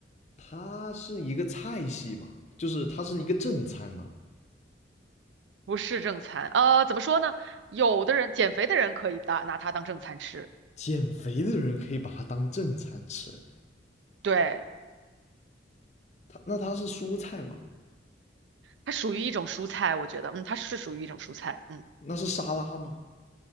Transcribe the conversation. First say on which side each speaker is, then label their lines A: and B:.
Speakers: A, on the left; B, on the right.
A: 它是一个菜系吗？就是它是一个正餐吗？
B: 不是正餐，呃，怎么说呢？有的人减肥的人可以拿拿它当正餐吃，
A: 减肥的人可以把它当正餐吃。
B: 对，
A: 它那它是蔬菜吗？
B: 它属于一种蔬菜，我觉得，嗯，它是属于一种蔬菜，嗯，
A: 那是沙拉吗？